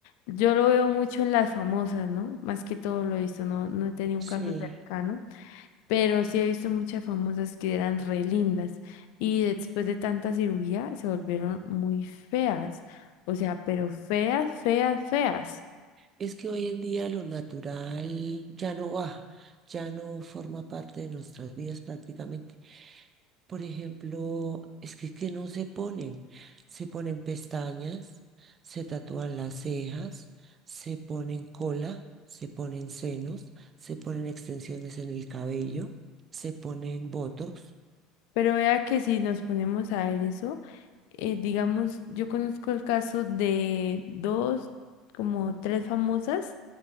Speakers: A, on the left (about 60°); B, on the right (about 30°).
A: Yo lo veo mucho en las famosas, ¿no? Más que todo lo he visto, no, no he tenido un
B: sí.
A: caso cercano, pero sí he visto muchas famosas que eran re lindas y después de tanta cirugía se volvieron muy feas. O sea, pero feas, feas, feas.
B: Es que hoy en día lo natural ya no va, ya no forma parte de nuestras vidas prácticamente. Por ejemplo, es que, que no se ponen. Se ponen pestañas, se tatúan las cejas, se ponen cola, se ponen senos, se ponen extensiones en el cabello, se ponen botox.
A: Pero vea que si nos ponemos a ver eso, eh, digamos, yo conozco el caso de dos, como tres famosas,